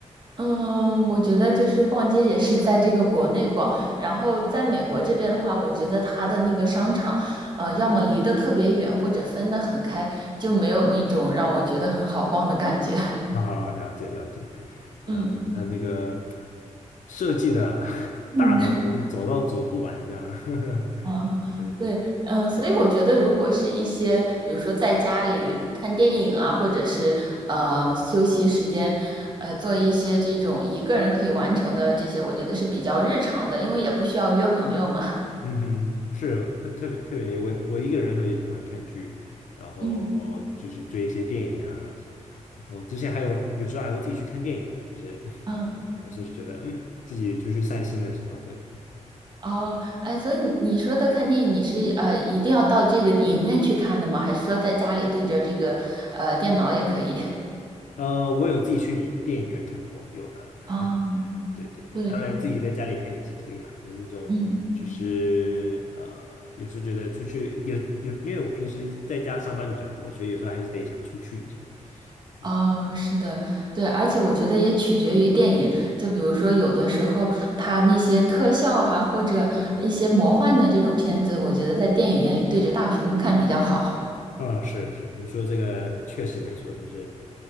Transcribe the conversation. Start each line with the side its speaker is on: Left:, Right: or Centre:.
Right: 嗯，我觉得就是逛街也是在这个国内逛，然后在美国这边的话，我觉得它的那个商场，呃，要么离得特别远，或者分得很开，就没有那种让我觉得很好逛的感觉。<laughs>
Left: <laughs> 好好好，了解了解。啊，
Right: 嗯
Left: 那这个设计的 <laughs>
Right: 嗯。
Left: 大的走走到走不完这样，<laughs>
Right: 啊，
Left: 是不是？
Right: 对，嗯，所以我觉得，如果是一些，比如说在家里看电影啊，或者是呃休息时间，呃，做一些这种一个人可以完成的这些，我觉得是比较日常的，因为也不需要约朋友嘛。
Left: 嗯哼，是特特别特别，我我一个人的时候也喜欢看剧，然后就是追一些电影啊，
Right: 嗯
Left: 然后之前还有有时候还会自己去看电影呢，就是
Right: 嗯。
Left: 有时候觉得嗯自己出去散心的时候，对，
Right: 哦，哎，所以你你说的看电影，你是呃一定要到这个影院去看的吗？还是说在家里对着这个呃电脑也可以？<laughs>
Left: 呃，我有自己去电影院看过，有的，
Right: 哦，
Left: 对对对，
Right: 对，
Left: 当然自己在家里看也是可以啦，那那种就是呃有时候觉得出去有有，
Right: 嗯，
Left: 因为我平时在家上班比较多，所以有时候还是得想出去一下，嗯。
Right: 哦，是的，对，而且我觉得也取决于电影，就比如说有的时候它那些特效啊，或者一些魔幻的这种片子，我觉得在电影院里对着大屏幕看比较好。
Left: 嗯，是是，你说这个确实没错，就是